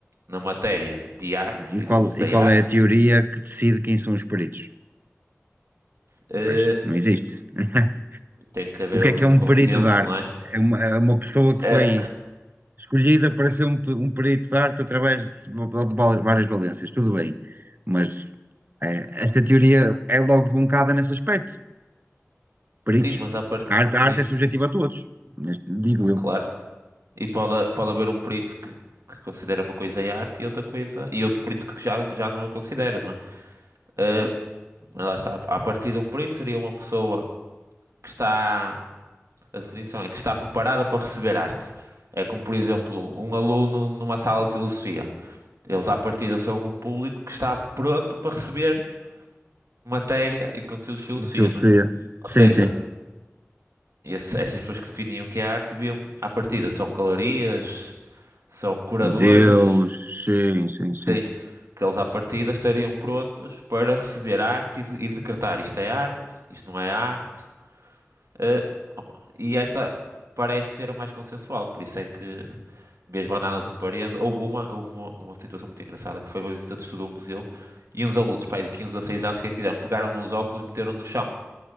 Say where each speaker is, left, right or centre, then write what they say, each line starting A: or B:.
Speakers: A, on the right (about 70°); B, on the right (about 40°).
A: na matéria de arte
B: E
A: e do
B: qual,
A: mundo da
B: e qual
A: arte.
B: é a teoria que decide quem são os peritos?
A: Eh,
B: Pois, não existe. <laughs>
A: tem que haver
B: O que
A: ali
B: é que é
A: um
B: um
A: consenso,
B: perito de arte?
A: não é?
B: É uma, é uma pessoa que
A: Eh,
B: foi escolhida para ser um, pe- um perito de arte através de, va- de val- várias valências, tudo bem. Mas é, essa teoria é logo debuncada nesse aspecto. Peritos.
A: sim, mas à parte,
B: A arte,
A: sim,
B: a arte é subjetiva a todos, neste- digo eu.
A: claro. E pode, pode haver um perito que, que considera uma coisa é arte e outra coisa. E outro perito que já, já não a considera, não é? Ah,
B: Claro.
A: mas lá está. A partir de um perito seria uma pessoa que está. A definição é que está preparada para receber arte. É como, por exemplo, um aluno numa sala de filosofia. Eles, à partida, são um público que está pronto para receber matéria e conteúdos de filosofia,
B: Na Filosofia.
A: não é? Ou seja,
B: Sim, sim.
A: esse- essas pessoas que definem o que é arte, deviam, à partida, são galerias, são curadores.
B: Deus, sim, sim, sim.
A: Sim, que eles à partida estariam prontos para receber arte e, de- e decretar isto é arte, isto não é arte. eh, opa, e essa parece ser a mais consensual, por isso é que vês bananas em parede. Houve uma, houve uma, uma situação muito engraçada que foi uma visita de estudo a um museu e uns alunos, pai de 15 a 6 anos, o que é que fizeram? Pegaram nos óculos, meteram no chão.